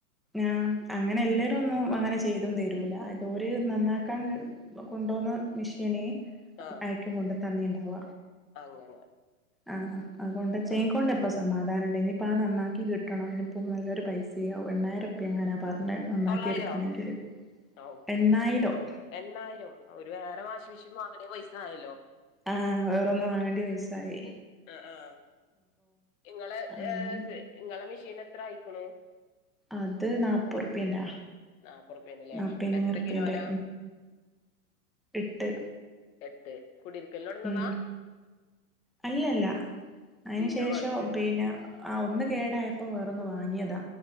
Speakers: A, in the centre; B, on the left.
A: ആഹ്, അങ്ങനെ, എല്ലേരും, ഒന്നും, അങ്ങനെ, ചെയ്തും, തരൂല, ഇതോര്, നന്നാക്കാൻ, കൊണ്ടോന്ന ന്ന മിഷ്യനെ
B: ആഹ്
A: അയക്കും കൊണ്ട് തന്നിണ്ടാവ
B: അങ്ങനെ
A: ആഹ് അഹ്കൊണ്ട് ചേകൊണ്ട്
B: ആഹ്
A: പ്പ സമാധാനംണ്ട്, ഇനിപ്പ, ആ, നന്നാക്കി, കിട്ടണോ ങ്കിപ്പോ, നല്ലൊരുപൈസയാവും, എണ്ണായിരുർപ്യങ്ങാനാ, പർ ണെ, നന്നാക്കി,
B: തൊള്ളായിരോ
A: എടുക്കണെങ്കില്.
B: ഔ
A: എണ്ണായിരം
B: എണ്ണായിരോ ഒരു വേറെ വാഷി മെഷീൻ വാങ്ങണ പൈസായല്ലോ
A: ആ വേറൊന്നും വാങ്ങേണ്ടിപൈസാ യായി
B: ആ.. നിങ്ങളെ, ഏ...
A: അങ്ങനെ
B: നിങ്ങടെ മെഷീനെത്ര ആയിക്കാണും
A: അതുനാപ്പതുർപ്യന്റെയാ
B: നാപ്പറുപ്യേണ്ല്ലേ
A: നാപ്പേയിർപ്പ്യന്റെ
B: എത്ര കിലോനാ
A: എട്ട്
B: എട്ട് കുടിരിക്കലിനൊടന്നതാ
A: ഉം.. അല്ലല്ല അതിനുശേഷവും
B: പിന്നെ വാങ്ങിയത്
A: പിന്നെ ആ ഒന്ന്കേടായപ്പോ വേറൊന്നുവാങ്ങിയതാ.